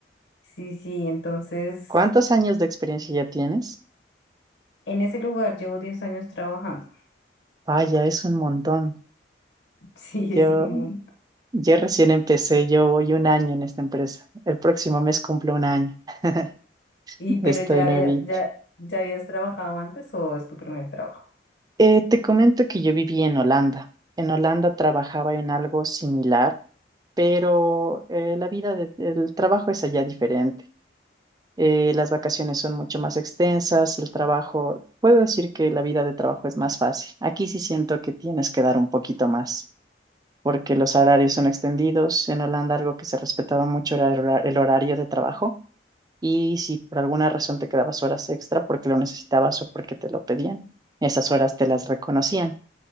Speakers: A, on the left (about 75°); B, on the right (about 20°).
A: sí, sí, entonces
B: ¿Cuántos años de experiencia ya tienes?
A: en ese lugar llevo 10 años trabajando.
B: Vaya, es un montón.
A: <laughs> Sí,
B: Yo,
A: es un mundo.
B: yo recién empecé, yo voy un año en esta empresa. El próximo mes cumplo un año. <laughs>
A: Y pero
B: Estoy
A: ya
B: nuevita.
A: había, ya, ya habías trabajado antes o es tu primer trabajo?
B: Eh, te comento que yo viví en Holanda. En Holanda trabajaba en algo similar, pero eh, la vida de- del trabajo es allá diferente. eh, las vacaciones son mucho más extensas, el trabajo, puedo decir que la vida de trabajo es más fácil. Aquí sí siento que tienes que dar un poquito más, porque los horarios son extendidos. En Holanda algo que se respetaba mucho era el hora- el horario de trabajo y si por alguna razón te quedabas horas extra porque lo necesitabas o porque te lo pedían, esas horas te las reconocían.